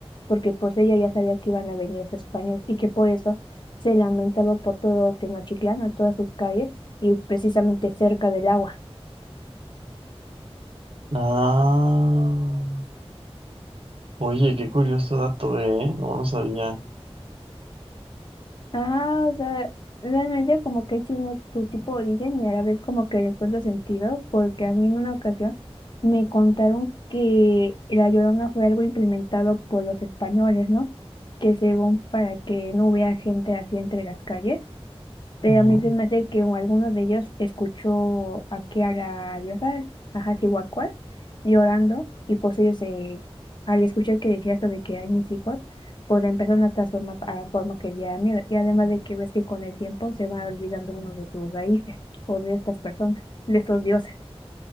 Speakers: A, on the left; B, on the right.
A: Porque pues ella ya sabía que iban a venir los españoles y que por eso se lamentaba por todo Tenochtitlán, a todas sus calles y precisamente cerca del agua.
B: Ah, oye, qué curioso dato, ¿eh? No lo sabía.
A: Ajá, o sea, realmente como que tiene su tipo de origen y a la vez como que le encuentro sentido, porque a mí en una ocasión me contaron que la Llorona fue algo implementado por los españoles, ¿no? Que según para que no hubiera gente así entre las calles. Pero
B: Ujú.
A: a mí se me hace que alguno de ellos escuchó aquí a la diosa, a Hacihuacuas, llorando, y pues ellos, eh, al escuchar que decía esto de que hay mis hijos, pues le empezaron a transformar a la forma que le da miedo. Y además de que ves que con el tiempo se va olvidando uno de sus raíces, o de estas personas, de estos dioses.